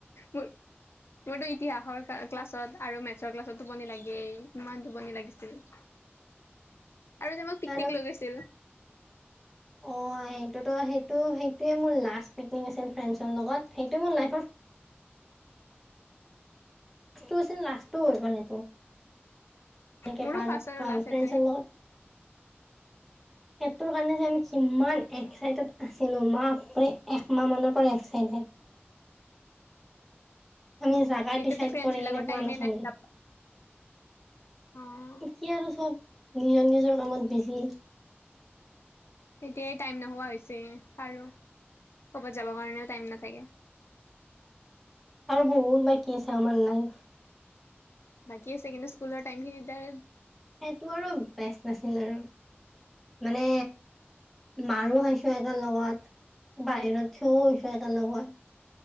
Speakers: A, on the left; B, in the centre.
A: মোৰ মোৰতো ইতিহাসৰ কা ক্লাছত আৰু মেথছৰ ক্লাছত টোপনি লাগেই ইমান টোপনি লাগিছিল। আৰু যে আমাক পিকনিক
B: আৰু
A: লৈ গৈছিল।
B: অ। সেইটোতো, সেইটো সেইটোৱে মোৰ লাষ্ট পিকনিক আছিল ফ্ৰেণ্ডছৰ লগত। সেইটোৱে মোৰ লাইফৰ লাষ্ট আছিল লাষ্ট হৈ গলে। নক
A: মোৰো ফাৰ্ষ্ট
B: ন
A: আৰু লাষ্ট
B: ফ্ৰে লগত <unintelligible>
A: সেইটোৱে
B: সেইটোৰ কাৰণে যে আমি কিমান
A: অ',
B: এক্সাইটেড আছিলো, মা একমাহ মানৰ পৰা এক চাইডেড। আমি জাগা
A: এতিয়াতো
B: ডিচাইড
A: ফ্ৰেণ্ডছ
B: কৰি
A: বিলাকৰ
B: কিনে পোৱা
A: টাইমে
B: নাছিলো।
A: নাই যাব অ',
B: এতিয়া আৰু চব নিজৰ নিজৰ কামত বিজি।
A: তেতিয়াই টাইম নোহোৱা হৈছে কাৰো, ক'বাত যাব কাৰণেও টাইম নাথাকে। <inaudible>
B: আৰু বহুত বাকী আছে আমাৰ লাইফ
A: বাকী আছে, কিন্তু স্কুলৰ টাইম খিনিৰ
B: সেইটো আৰু বেষ্ট নাছিল আৰু। মানে, মাৰো খাইছো একে লগত বাহিৰত থিয়ও হৈছো একেল লগত।